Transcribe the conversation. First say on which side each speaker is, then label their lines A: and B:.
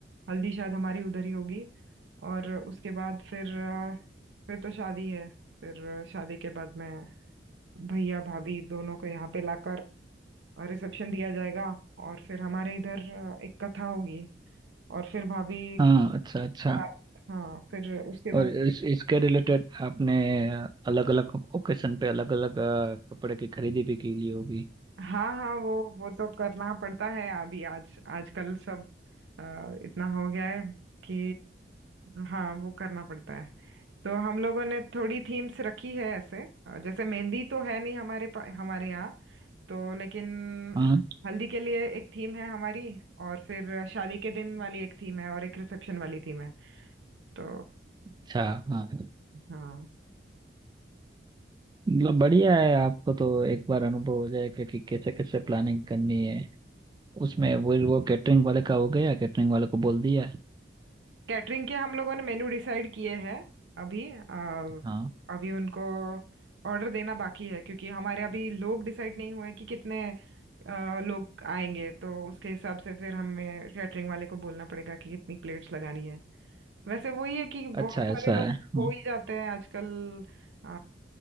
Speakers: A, on the right; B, on the right.
A: हल्दी शायद हमारी उधर ही होगी और उसके बाद फिर अ, फिर तो शादी है फिर शादी के बाद में भैया भाभी दोनों को यहाँ पे लाकर और रिसेप्शन दिया जाएगा और फिर हमारे इधर अ, एक कथा होगी और फिर भाभी
B: हाँ अच्छा अच्छा
A: साथ हाँ फिर उसके
B: और
A: बाद
B: इस, इसके रिलेटेड आपने अलग अलग ओकेशन पे अलग अलग कपड़े की खरीदी भी की ली होगी
A: हाँ हाँ वो वो तो करना पड़ता है अभी आज आजकल सब अ, इतना हो गया है कि हाँ वो करना पड़ता है तो हम लोगों ने थोड़ी थीम्स रखी है ऐसे अ, जैसे मेहंदी तो है नहीं हमारे पा- हमारे यहाँ तो लेकिन
B: हाँ
A: हल्दी के लिए एक थीम है हमारी और फिर शादी के दिन वाली एक थीम है और एक रिसेप्शन वाली थीम है तो
B: अच्छा हाँ
A: हाँ
B: मतलब बढ़िया है आपको तो एक बार अनुभव हो जाएगा कि कैसे कैसे प्लानिंग करनी है उसमें वो वो कैटरिंग वाले का हो गया कैटरिंग वाले को बोल दिया
A: कैटरिंग के हम लोगों ने मेनू डिसाइड किए हैं अभी अ,
B: हाँ
A: अभी उनको ऑर्डर देना बाकी है क्योंकि हमारे अभी लोग डिसाइड नहीं हुए कि कितने अ, लोग आएंगे तो उसके हिसाब से फिर हमें कैटरिंग वाले को बोलना पड़ेगा कि कितनी प्लेट्स लगानी है वैसे वही है कि बहुत
B: अच्छा ऐसा
A: सारे लोग
B: है हम्म,
A: हो ही जाते हैं आजकल अ,